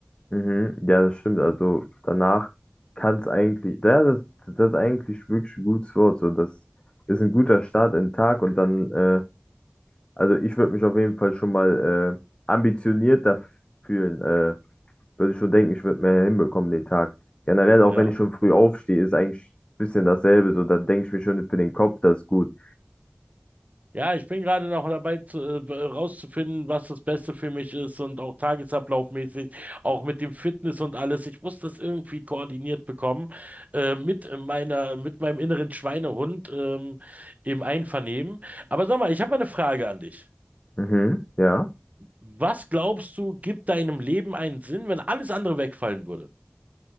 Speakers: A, on the left (about 25°); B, on the right (about 40°).
A: Mhm, ja, das stimmt. Also danach kann es eigentlich, ja, das, das ist eigentlich wirklich ein gutes Wort. So, das ist ein guter Start in den Tag und dann, äh, also ich würde mich auf jeden Fall schon mal äh, ambitioniert da fühlen. äh, würde ich schon denken, ich würde mehr hinbekommen den Tag. Generell, auch
B: Ja.
A: wenn ich schon früh aufstehe, ist eigentlich ein bisschen dasselbe. So, dann denke ich mir schon für den Kopf, das ist gut.
B: Ja, ich bin gerade noch dabei, zu, äh, rauszufinden, was das Beste für mich ist und auch tagesablaufmäßig, auch mit dem Fitness und alles. Ich muss das irgendwie koordiniert bekommen, äh, mit äh, meiner, mit meinem inneren Schweinehund, ähm, im Einvernehmen. Aber sag mal, ich habe mal eine Frage an dich.
A: Mhm, ja.
B: Was glaubst du, gibt deinem Leben einen Sinn, wenn alles andere wegfallen würde?